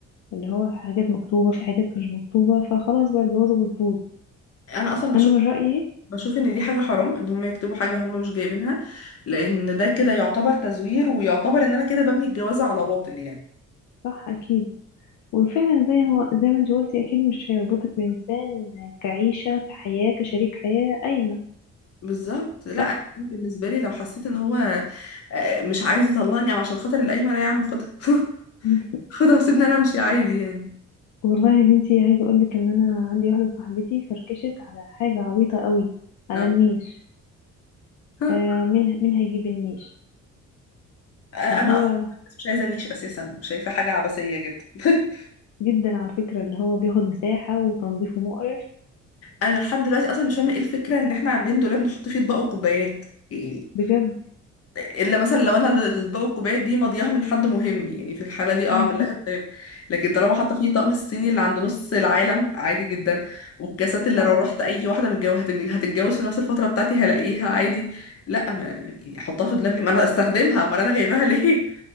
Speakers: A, on the left; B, on the left.
A: اللي هو في حاجات مكتوبة في حاجات مش مكتوبة فخلاص بقى الجوازة بتبوظ
B: انا اصلا بشوف
A: أنا من رأيي
B: بشوف ان دي حاجة حرام ان هم يكتبوا حاجة هم مش جايبينها لان ده كده يعتبر تزوير ويعتبر ان انا كده ببني الجوازة على باطل يعني
A: صح أكيد وفعلا زي ما زي ما انت قلتي اكيد مش هيربطك بانسان كعيشه كحياه كشريك حياه قايمه
B: بالظبط
A: صح
B: لا بالنسبة لي لو حسيت ان هو آه، مش عايز يطلقني او عشان خاطر القايمة لا يا عم خدها <laughs>
A: <laughs>
B: خدها وسيبني انا امشي عادي يعني
A: والله يا بنتي عايزه اقول لك ان انا عندي واحده صاحبتي فركشت على حاجه عبيطه قوي على
B: آه.
A: النيش
B: <laughs>
A: آه مين مين هيجيب النيش
B: انا
A: اللي هو
B: اصلا مش عايزة نيش اساسا شايفة حاجة عبثية جدا <laughs>
A: جدا على فكره اللي هو بياخد مساحه وتنظيفه مقرف
B: انا لحد دلوقتي اصلا مش فاهمة ايه الفكرة ان احنا عاملين دولاب نحط فيه اطباق وكوبايات يعني
A: بجد
B: الا مثلا لو انا الاطباق والكوبايات دي مضيعه من حد مهم يعني في الحاله دي اه
A: <laughs>
B: اعمل لها حساب لكن طالما حاطه فيه طقم الصيني اللي عند نص العالم عادي جدا والكاسات اللي
A: صح
B: لو رحت اي واحده متجوزه هتتجوز في نفس الفتره بتاعتي هلاقيها عادي لا ما يعني احطها في دولاب ليه ما انا استخدمها امال انا جايباها <laughs> ليه